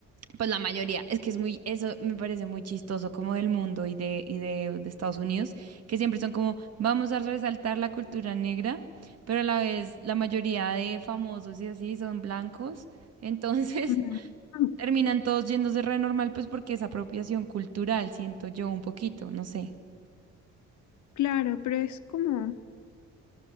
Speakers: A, on the right (about 55°); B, on the left (about 70°).
A: pues la mayoría, es que es muy, eso me parece muy chistoso como del mundo y de, y de, de Estados Unidos, que siempre son como, vamos a resaltar la cultura negra, pero a la vez la mayoría de famosos y así son blancos, entonces
B: Ujú.
A: <laughs>
B: Ah,
A: terminan todos yéndose re normal, pues porque es apropiación cultural, siento yo un poquito, no sé.
B: Claro, pero es como,